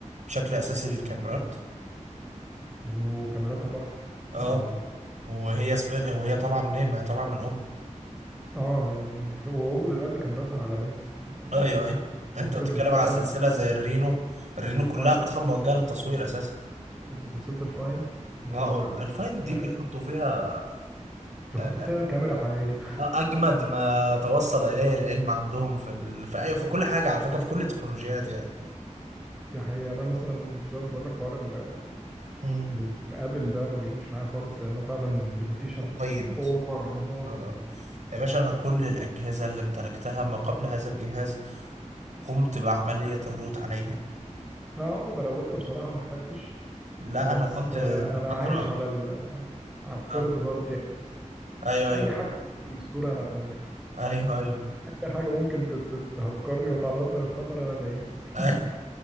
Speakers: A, on the right (about 65°); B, in the centre.
A: بشكل اساسي للكاميرات
B: و- وكاميراتها تحفة
A: اه
B: يعني
A: وهي سبين وهي طالعه منين ما هي طالعه من اوبو
B: اه يعني ف- وهوبو دلوقتي كاميراتها عالمية يعني
A: اي اي انت
B: سلسلة
A: بتتكلم
B: الفايند
A: على سلسله زي الرينو الرينو
B: والفايند
A: كلها اصلا موجهه للتصوير اساسا
B: شفت سلسلة الفايند اللي
A: اقول
B: هي ال-
A: الفاين دي
B: آه،
A: بيحطوا فيها
B: بيحطوا
A: آه،
B: فيها كاميرا حقيقية
A: آه، اجمد ما توصل اليه العلم عندهم في ال... في, أي... في كل حاجه على فكره في كل التكنولوجيات يعني
B: <laughs> دي حقيقة يعني أنا مثلا زي ما بقول لك حوار ال-
A: مم.
B: ال- الآبل ده ما بيجيش معايا خالص لأنه فعلا ليميتيشن
A: مقيد
B: أوفر موت
A: آه. آه. يا باشا انا كل الاجهزه اللي امتلكتها ما قبل هذا الجهاز قمت بعمليه الروت عليهم
B: لا عمري ما روضت بصراحة ما احتجتش
A: لا
B: بس
A: انا كنت
B: آه،
A: في
B: أنا
A: فتره
B: عايش على ال على الثيرد
A: آه.
B: بارتي أبس
A: ايوه ايوه
B: أي حاجة من كتر الأسطورة أنا تمام
A: ايوه ايوه
B: <laughs> أي حاجة ممكن ت- ت- تهكرني وتعرضني للخطر أنا دايس
A: <laughs>